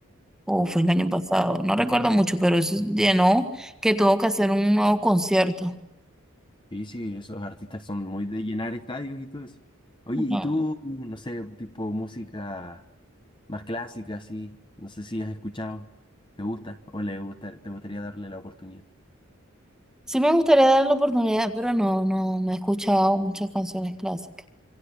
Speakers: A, in the centre; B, on the left (about 20°).
A: o fue el año pasado, no recuerdo mucho, pero eso llenó que tuvo que hacer un nuevo concierto.
B: Sí, sí, esos artistas son muy de llenar estadios y todo eso. Oye, ¿y
A: Ah,
B: tú, no sé, tipo música más clásica, así? No sé si has escuchado. ¿Te gusta o le gusta, te gustaría darle la oportunidad?
A: Sí me gustaría darle la oportunidad, pero no, no, no he escuchado muchas canciones clásicas.